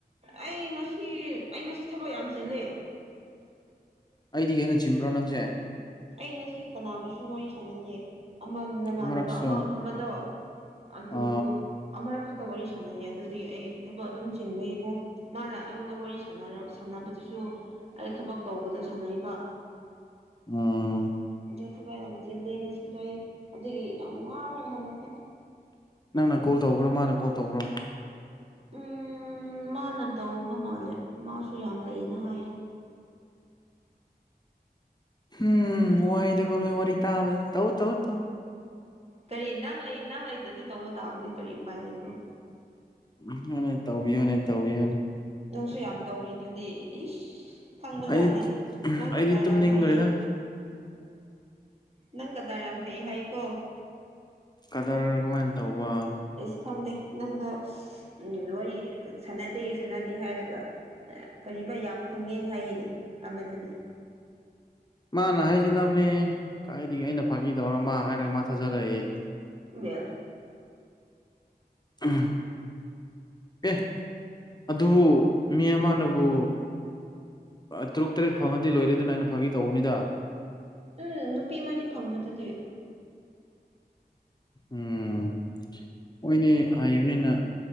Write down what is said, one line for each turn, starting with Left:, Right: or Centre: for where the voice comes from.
Right: ꯑꯩ ꯉꯁꯤ ꯑꯩ ꯉꯁꯤ ꯊꯕꯛ ꯌꯥꯝ ꯆꯤꯜꯂꯦ
Left: ꯑꯩꯗꯤ ꯍꯦꯟꯅ ꯆꯤꯟꯕ꯭ꯔꯣ ꯅꯪꯁꯦ
Right: ꯑꯩ ꯉꯁꯤ ꯀꯅꯥꯕꯨꯁꯨ ꯋꯥꯔꯤ ꯁꯥꯟꯅꯗꯦ ꯑꯃ ꯅꯃꯥꯟꯅꯕ
Left: ꯑꯃꯨꯔꯛꯁꯨ
Right: ꯑꯃ ꯑꯃꯗꯣ ꯑꯗꯣ
Left: ꯑ
Right: ꯑꯃꯔꯛ ꯈ ꯇ ꯋꯥꯔꯤ ꯁꯥꯟꯅꯩꯌꯦ ꯑꯗꯨꯗꯒꯤ ꯑꯩ ꯊꯕꯛ ꯑꯗꯨꯝ ꯆꯤꯟꯕꯒꯤꯀꯣ ꯃꯥꯅ ꯑꯩꯉꯣꯟꯗ ꯋꯥꯔꯤ ꯁꯅꯔ ꯁꯥꯟꯅꯕꯗꯨꯁꯨ ꯑꯩ ꯊꯕꯛ ꯇꯧꯕꯗ ꯁꯥꯟꯅꯩꯕ
Left: ꯎꯝ
Right: <unintelligible> ꯆꯤꯜꯂꯦ ꯉꯁꯤꯗꯣ ꯑꯩ ꯑꯗꯨꯒꯤ ꯌꯥꯝ ꯋꯥꯔꯒ ꯍꯜꯂꯛꯄꯅꯤ
Left: ꯅꯪꯅ ꯀꯣꯜ ꯇꯧꯕ꯭ꯔꯣ ꯃꯥꯅ ꯀꯣꯜ ꯇꯧꯕ꯭ꯔꯣ
Right: ꯎꯝ ꯃꯥꯅ ꯇꯧꯕ ꯃꯥꯜꯂꯦ ꯃꯥꯁꯨ ꯌꯥꯝ ꯂꯩꯌꯦꯅ ꯍꯥꯏꯌꯦ
Left: ꯎꯝ ꯋꯥꯏꯗ ꯀꯣ ꯅꯣꯏ ꯋꯥꯔꯤ ꯇꯥꯕꯁꯦ ꯇꯧ ꯇꯧ ꯇꯧ
Right: ꯀꯔꯤ ꯅꯪ ꯂꯩ ꯅꯪ ꯂꯩꯇꯗꯤ ꯇꯧꯕ ꯇꯥꯕꯅꯦ ꯀꯔꯤ ꯎꯄꯥꯏ ꯂꯩꯕꯣ
Left: ꯇꯧꯕꯤꯌꯣꯅꯦ ꯇꯧꯕꯤꯌꯣꯅꯦ
Right: ꯅꯪꯁꯨ ꯌꯥꯝ ꯇꯧꯔꯤꯗꯨꯗꯤ ꯏꯁ ꯈꯪꯕꯖꯥꯠꯅꯤ
Left: ꯑꯩ
Right: ꯅꯪ
Left: ꯑꯩꯗꯤ
Right: ꯀꯗꯔ
Left: ꯇꯨꯝꯅꯤꯡꯈ꯭ꯔꯦꯗ
Right: ꯌꯥꯝ ꯍꯩꯌꯦ ꯅꯪ ꯀꯗꯔ ꯌꯥꯝ ꯍꯩ ꯍꯥꯏꯀꯣ
Left: ꯀꯗꯔ ꯀꯃꯥꯏꯅ ꯇꯧꯕ
Right: ꯏꯁ ꯈꯪꯗꯦ ꯅꯪꯗꯣ ꯎꯝ ꯋꯥꯔꯤ ꯁꯥꯟꯅꯗꯦ ꯁꯥꯟꯅꯗꯦ ꯍꯥꯏꯔꯒ ꯀꯔꯤꯕ ꯌꯥꯝ ꯐꯪꯉꯦ ꯍꯥꯏꯌꯦꯅꯦ ꯑꯃꯗꯨꯅ <inaudible>
Left: ꯃꯥꯅ ꯍꯥꯏꯖꯅꯕꯅꯦ ꯀꯥꯏꯒ ꯑꯩꯅ ꯐꯥꯈꯤ ꯇꯧꯔ ꯃꯥ ꯍꯥꯏꯔꯒ ꯃꯥ ꯊꯥꯖꯜꯂꯛꯏ
Right: ꯃ
Left: ꯎꯝ ꯑꯦ ꯑꯗꯨꯕꯨ ꯃꯤ ꯑꯃꯅꯕꯨ ꯇꯔꯨꯛ ꯇꯔꯦꯠ ꯐꯪꯉꯗꯤ ꯂꯣꯏꯔꯦꯗꯅ ꯑꯩꯅ ꯐꯥꯒꯤ ꯇꯧꯕꯅꯤꯗ
Right: ꯎꯝ ꯅꯨꯄꯤ ꯑꯃꯗꯤ ꯐꯪꯕꯗꯨꯗꯤ
Left: ꯎꯝ ꯃꯣꯏꯗꯤ ꯍꯩꯕꯅꯤꯅ